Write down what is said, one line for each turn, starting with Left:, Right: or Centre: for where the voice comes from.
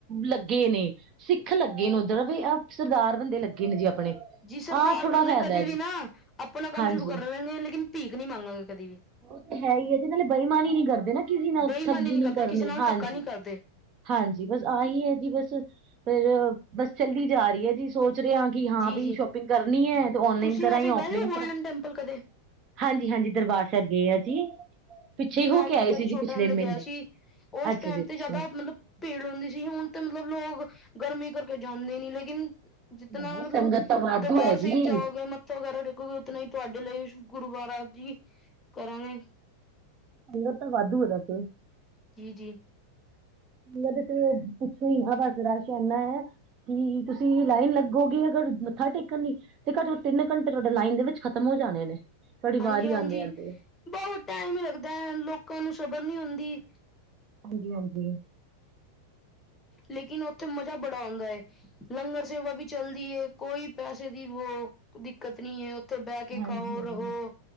Right: ਲੱਗੇ ਨੇ, ਸਿੱਖ ਲੱਗੇ ਨੇ ਉੱਧਰ ਵੀ ਆਹ ਸਰਦਾਰ ਬੰਦੇ ਲੱਗੇ ਨੇ ਜੀ ਆਪਣੇ!
Left: ਜੀ ਸਰਦਾਰ
Right: ਆਹ ਥੋੜਾ
Left: ਬੰਦੇ
Right: ਫਾਇਦਾ
Left: ਕਦੇ
Right: ਜੀ
Left: ਵੀ ਨਾ, ਆਪਣਾ ਕੰਮ
Right: ਹਾਂਜੀ
Left: ਸ਼ੁਰੂ ਕਰ ਲਿਆਂਗੇ ਲੇਕਿਨ ਭੀਖ ਨਹੀ! ਮੰਗਾਂਗੇ ਕਦੇ ਵੀ
Right: ਉਹ ਤੇ ਹੈ, ਹੀ ਹੈ, ਤੇ ਨਾਲੇ ਬੇਈਮਾਨ ਨੀ ਕਰਦੇ ਨਾ ਕਿਸੇ ਨਾਲ
Left: ਬੇਈਮਾਨੀ
Right: ਠੱਗੀ
Left: ਨਹੀਂ
Right: ਨੀ!
Left: ਕਰਦੇ
Right: ਕਰਨੀ
Left: ਕਿਸੇ ਨਾਲ
Right: ਹਾਂਜੀ!
Left: ਧੱਕਾ ਨਹੀਂ ਕਰਦੇ
Right: ਹਾਂਜੀ ਬਸ ਆਹੀ ਹੈ ਜੀ ਬਸ ਫਿਰ ਬਸ ਚੱਲਦੀ ਜਾ ਰਹੀ ਹੈ ਜੀ ਸੋਚ ਰਹੇ ਹਾ! ਕਿ ਹਾਂ
Left: ਜੀ
Right: ਬੀ
Left: ਜੀ
Right: ਸ਼ੋਪਿੰਗ ਕਰਨੀ ਹੈ ਤੇ ਔਨਲਾਈਨ
Left: ਤੁਸੀਂ
Right: ਕਰਾਂ
Left: ਵੈਸੇ
Right: ਜਾਂ ਔਫਲਾਈਨ
Left: ਗਏ ਹੋ ਗੋਲਡਨ
Right: ਕਰਾਂ!
Left: ਟੈਂਪਲ ਕਦੇ
Right: ਹਾਂਜੀ, ਹਾਂਜੀ ਦਰਬਾਰ ਝੱਗੇ ਗਏ ਆ ਜੀ ਪਿੱਛੇ
Left: ਜੀ
Right: ਹੀ
Left: ਮੈਂ
Right: ਹੋ ਕੇ
Left: ਵੀ
Right: ਆਏ
Left: ਇੱਕ ਵਾਰੀ
Right: ਸੀ ਜੀ
Left: ਛੋਟਾ
Right: ਪਿਛਲੇ
Left: ਹੁੰਦਾ
Right: ਮਹੀਨੇ।
Left: ਗਿਆ ਸੀ ਉਸ
Right: ਅੱਛਾ
Left: ਟਾਈਮ
Right: ਜੀ ਅੱਛਾ,
Left: ਤੇ ਜਿਆਦਾ ਮਤਲਬ ਭੀੜ ਹੁੰਂਦੀ ਸੀ ਹੁਣ ਤਾਂ ਮਤਲਬ ਲੋਕ ਗਰਮੀ ਕਰਕੇ ਜਾਂਦੇ! ਨੀ ਲੇਕਿਨ ਜਿਤਨਾ
Right: ਨਹੀਂ-ਨਹੀਂ
Left: ਮਤਲਬ
Right: ਸੰਗਤ ਤਾਂ ਵਾਧੂ
Left: ਦਰਬਾਰ
Right: ਹੈ
Left: ਸਾਹਿਬ
Right: ਜੀ,
Left: ਜਾਓਗੇ ਮੱਥਾ ਵਗੈਰਾ ਦੇਖੋਗੇ ਉਤਨਾ ਹੀ ਤੁਹਾਡੇ ਲਈ ਗੁਰਦੁਆਰਾ ਜੀ ਕਰਾਂਗੇ
Right: ਸੰਗਤ ਵਾਧੂ ਉਦਾ ਤੇ
Left: ਕੀ ਜੀ
Right: ਮਦਦ ਕੁਛ ਵੀ ਆ ਗਾਜਰ ਸ਼ਾਨਾ ਹੈ! ਕੀ ਤੁਸੀਂ ਲਾਈਨ ਲੱਗੋਗੇ ਅਗਰ ਮੱਥਾ ਟੇਕਣ ਲਈ! ਦੇਖੋ ਜਾਏ ਤਿੰਨ ਘੰਟੇ ਤੁਹਾਡੇ ਲਾਈਨ ਦੇ ਵਿੱਚ ਖਤਮ ਹੋ ਜਾਣੇ ਨੇ! ਤੁਹਾਡੀ ਵਾਰੀ
Left: ਹਾਂਜੀ, ਹਾਂਜੀ
Right: ਆਉਂਦੇ ਆਉਂਦੇ
Left: ਬਹੁਤ ਟਾਈਮ ਹੀ ਲੱਗਦਾ ਲੋਕਾਂ ਨੂੰ ਸਬਰ ਨੀ ਹੁੰਦੀ!
Right: ਹਾਂਜੀ, ਹਾਂਜੀ
Left: ਲੇਕਿਨ ਉੱਥੇ ਮਜ਼ਾ ਬੜਾ ਆਉਂਦਾ ਹੈ! ਲੰਗਰ ਸੇਵਾ ਵੀ ਚੱਲਦੀ ਹੈ ਕੋਈ ਪੈਸੇ ਦੀ ਵੋ ਦਿੱਕਤ ਨੀ ਹੈ ਬਹਿ ਕੇ
Right: ਹਾਂਜੀ,
Left: ਖਾਓ,
Right: ਹਾਂਜੀ
Left: ਰਹੋ,